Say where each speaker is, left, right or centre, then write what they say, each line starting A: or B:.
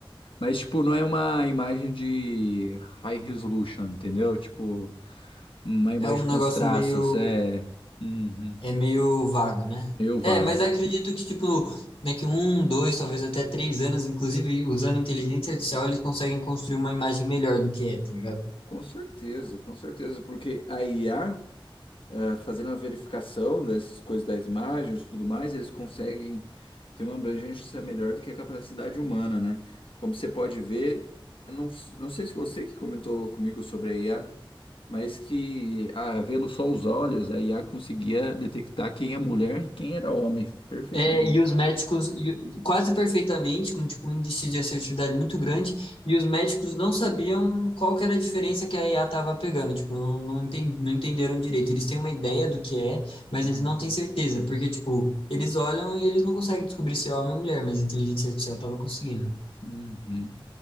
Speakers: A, on the left (about 65°); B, on the left (about 85°).
A: Mas, tipo, não é uma imagem de high resolution, entendeu? Tipo, uma imagem
B: é um
A: com
B: negócio
A: os traços,
B: meio,
A: é. Uhum.
B: é meio vago, né?
A: Meio vago.
B: É, mas eu acredito que, tipo, daqui um, dois, talvez até três anos, inclusive usando inteligência artificial, eles conseguem construir uma imagem melhor do que é, tá ligado?
A: Com certeza, com certeza, porque a IA. eh, fazendo a verificação dessas coisas das imagens e tudo mais, eles conseguem ter uma abrangência melhor do que a capacidade humana, né? Como você pode ver, eu não, s- não sei se você que comentou comigo sobre a IA, mas que ah, vendo só os olhos, a IA conseguia detectar quem é mulher e quem era homem perfeitamente.
B: É, e os médicos, e- quase perfeitamente, com tipo, um índice de assertividade muito grande, e os médicos não sabiam qual que era a diferença que a IA estava pegando, tipo, não, não, enten- não entenderam direito. Eles têm uma ideia do que é, mas
A: Uhum,
B: eles não têm certeza, porque, tipo, eles olham e eles não conseguem descobrir se é homem ou mulher, mas a inteligência artificial estava conseguindo.
A: uhum.